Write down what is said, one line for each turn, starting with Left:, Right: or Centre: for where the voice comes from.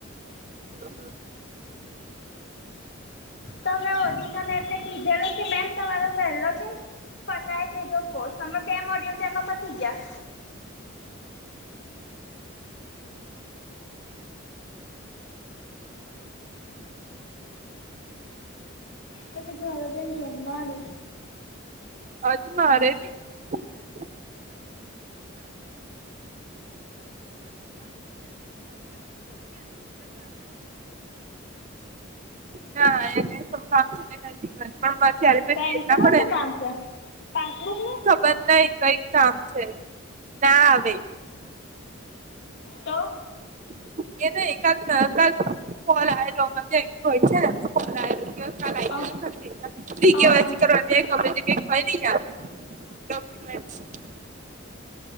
Right: જાય.
Left: તમે ડિશા મેમને કીધેલ કે મેમ તમારો પહેલો છે ને- - પતાય તેજો કોર્સ તમે બે મોડિયો તેમાં પતી ગયા. અજુ ઘરે જઈને જમવાનું
Right: અજ મારે <unintelligible> <unintelligible> ના એને થોડું કામ છે પણ ત્યારે <unintelligible>
Left: બેંકમાં
Right: ના પડે
Left: શું
Right: ને?
Left: કામ છે પાસબુક નુ
Right: <unintelligible> કઈક કામ છે ના આવે.
Left: તો
Right: એને <unintelligible> <unintelligible> લાઈબ્રેરી <unintelligible> કે વાય
Left: અહ
Right: સી
Left: અહ
Right: કરવા <unintelligible> યાર ડોક્યુમેન્ટસ